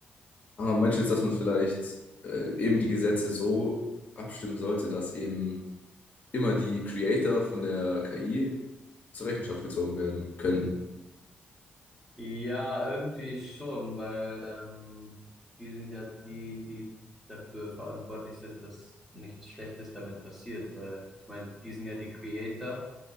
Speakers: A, on the left (about 45°); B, in the centre.
A: Aber meinst du jetzt, dass man vielleicht äh, eben die Gesetze so abstimmen sollte, dass eben immer die Creator von der KI zur Rechenschaft gezogen werden könnten?
B: Ja, irgendwie schon, weil ähm, die sind ja die, die dafür verantwortlich sind, dass nichts Schlechtes damit passiert, weil ich meine, die sind ja die Creator